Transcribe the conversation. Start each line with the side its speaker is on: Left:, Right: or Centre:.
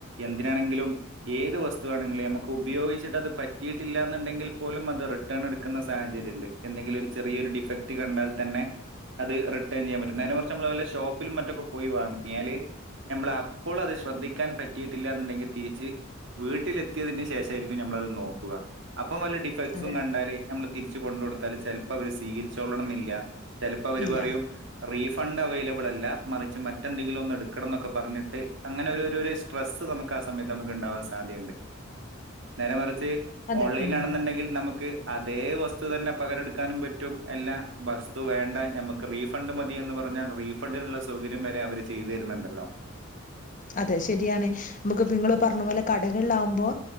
Right: എന്തിനാണെങ്കിലും ഏത് വസ്തുവാണെങ്കിലും നമുക്ക് ഉപയോഗിച്ചിട്ട അത് പറ്റിയിട്ടില്ല എന്നുണ്ടെങ്കിൽ പോലും അത് റി റിട്ടാൺ എടുന്ന സാഹചാര്യണ്ട് എന്തെങ്കിലും ഒരു ചെറിയൊരു ഡിഫക്ട് ഡിഫക്ട് കണ്ടാൽ തന്നെ അത് റിട്ടേൺ ചെയ്യാൻ പറ്റും നേരെമറിച്ച് നമ്മള് വല്ല ഷോപ്പിലും മറ്റൊക്കെ പോയി വാങ്ങിയാല് നമ്മൾ അപ്പോൾ അത് ശ്രദ്ധിക്കാൻ പറ്റ പറ്റിട്ടില്ലാന്ന്ണ്ടെങ്കിൽ തിരിച്ച് വീട്ടിലെത്തിയതിന് ശേഷമായിരിക്കും നമ്മളത് നോക്കുക അപ്പം വല്ല ഡിഫക്ട്സും
Left: അതെ
Right: കണ്ടാല് നമ്മള് തിരിച്ച് കൊണ്ട് കൊടുത്താല് ചലപ്പോ അവര് സ്വീകരി ച്ചോള്ളണമെന്നില്ല ചെലപ്പോ അവര്
Left: ഇല്ല
Right: പറയും റീഫണ്ട് അവൈലബിൾ അല്ല മറിച്ച് മറ്റെന്തെങ്കിലും ഒന്ന് എടുക്കണം എന്നൊക്കെ പറഞ്ഞിട്ട് അങ്ങനെ ഒരു ഒരു സ്ട്രസ്സ് നമുക്ക് ആ സമയത്ത് നമുക്ക് ഉണ്ടാവാൻ സാധ്യയുണ്ട് നേരമറിച്ച്
Left: അതെ
Right: ഓൺലൈൻ
Left: ഉം
Right: ആണന്നുണ്ടെങ്കിൽ നമുക്ക് അതേ വസ്തു തന്നെ പകരടുക്കാനും പറ്റും എല്ലാ വസ്തു വേണ്ട ഞമക്ക് റീഫണ്ട് മതി എന്ന് പറഞ്ഞാൽ റീഫണ്ടിനുള്ള സൗകര്യം വരെ അവര് ചെയ്തു തരുന്നുണ്ടല്ലോ
Left: അതെ ശരിയാണ് നമുക്ക് നിങ്ങള് പറഞ്ഞ പോലെ കടകള് ആവുമ്പോ